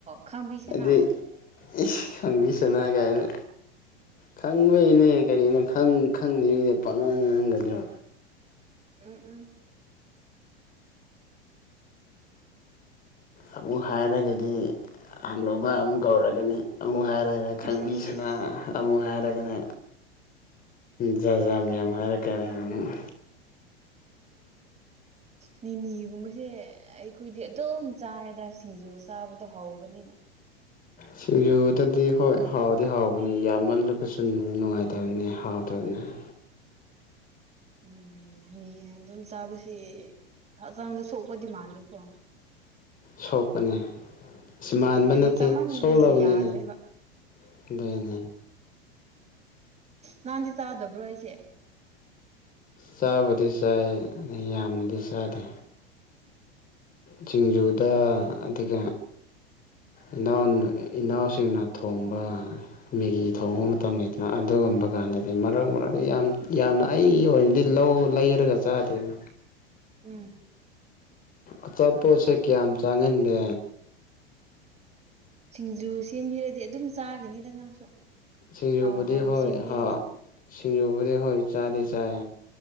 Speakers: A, on the right; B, on the left.
A: ꯈꯪꯕꯤꯁꯥꯅꯥ
B: ꯑꯗꯩ ꯏꯁ ꯈꯪꯕꯤꯁꯥꯅꯥ ꯀꯥꯏꯅ ꯈꯪꯕꯩꯅꯦ ꯀꯔꯤꯅꯣ ꯈꯪ ꯈꯪꯗ꯭ꯔꯤꯉꯩꯗ ꯄꯪꯉꯥꯡ ꯉꯥꯡꯒꯗ꯭ꯔꯥ
A: ꯎꯝ ꯎꯝ
B: ꯑꯃꯨꯛ ꯍꯥꯏꯔꯒꯗꯤ ꯍꯅꯨꯕ ꯑꯃꯨꯛ ꯀꯧꯔꯒꯅꯤ ꯑꯃꯨꯛ ꯍꯥꯏꯔꯔ ꯈꯪꯕꯤꯁꯥꯅ
A: ꯏꯁ ꯏꯁ
B: ꯑꯃꯨꯛ ꯍꯥꯏꯔꯒꯅ ꯖꯥꯖꯥ ꯃꯌꯥꯝ ꯍꯥꯏꯔꯛꯀꯅꯤ ꯃꯨꯛ
A: ꯃꯤꯃꯤꯒꯨꯝꯕ ꯖꯦ ꯑꯩꯈꯣꯏꯗꯤ ꯑꯗꯨꯝ ꯆꯥꯌꯦꯗ ꯁꯤꯡꯖꯨ ꯆꯥꯕꯗꯣ ꯍꯧꯕꯅꯤꯅ
B: ꯁꯤꯡꯖꯨꯗꯗꯤ ꯍꯣꯏ ꯍꯥꯎꯗꯤ ꯍꯥꯎꯕꯅꯦ ꯌꯥꯝꯃꯜꯂꯕꯁꯨ ꯅꯨꯡꯉꯥꯏꯇꯕꯅꯤ ꯍꯥꯎꯇꯕꯅꯤ <inaudible>
A: ꯎꯝ ꯃꯤ ꯑꯗꯨꯝ ꯆꯥꯕꯁꯤ ꯍꯛꯆꯥꯡꯗ ꯁꯣꯛꯄꯗꯤ ꯃꯥꯜꯂꯤꯀꯣ
B: ꯁꯣꯛꯄꯅꯦ ꯑꯁ ꯃꯥꯟꯕ
A: ꯎꯝ ꯑꯩꯗꯤ
B: ꯅꯠꯇꯦ
A: ꯆꯥꯃꯟꯕꯒꯤ
B: ꯁꯣꯛꯂꯕꯅꯤꯅꯦ
A: ꯌꯥꯗ꯭ꯔꯦꯕ
B: ꯑꯗꯨꯏꯅꯦ
A: ꯅꯍꯥꯟꯗꯤ ꯆꯥꯗꯕ꯭ꯔꯣ ꯍꯩꯁꯦ
B: ꯆꯥꯕꯨꯗꯤ ꯆꯥꯏ ꯌꯥꯝꯅꯗꯤ ꯆꯥꯗꯦ ꯁꯤꯡꯖꯨꯗ ꯑꯗꯨꯒ ꯏꯅꯥꯎꯅ ꯏꯅꯥꯎꯁꯤꯡꯅ ꯊꯣꯡꯕ ꯃꯦꯒꯤ ꯊꯣꯡꯕ
A: ꯎꯝ
B: ꯃꯇꯝ ꯂꯩꯇꯅ ꯑꯗꯨꯒꯨꯝꯕ ꯀꯥꯟꯗꯗꯤ ꯃꯔꯛ ꯃꯔꯛ ꯌꯥꯝ ꯌꯥꯝꯅ ꯑꯩꯒꯤ ꯑꯣꯏꯅꯗꯤ ꯂꯧ ꯂꯩꯔꯒ ꯆꯥꯗꯦꯗ
A: ꯎꯝ
B: ꯑꯆꯥꯄꯣꯠꯁꯦ ꯀꯌꯥꯝ ꯆꯥꯉꯟꯗꯦ
A: ꯁꯤꯡꯖꯨ ꯁꯦꯝꯕꯤꯔꯗꯤ ꯑꯗꯨꯝ ꯆꯥꯒꯤꯅꯤꯗ ꯅꯪꯁꯨ
B: ꯁꯤꯖꯨꯕꯨꯗꯤ
A: ꯍꯥꯎ ꯍꯥꯎꯅ
B: ꯍꯣꯏ
A: ꯁꯦꯝꯕꯤꯔꯗꯤ
B: ꯍꯥ ꯁꯤꯖꯨꯕꯨꯗꯤ ꯍꯣꯏ ꯆꯥꯗꯤ ꯆꯥꯏ